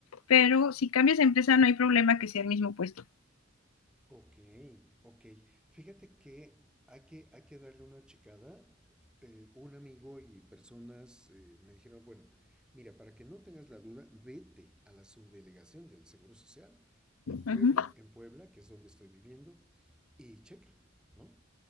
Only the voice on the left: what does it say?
pero si cambias de empresa, no hay problema que sea el mismo puesto.
Ujú,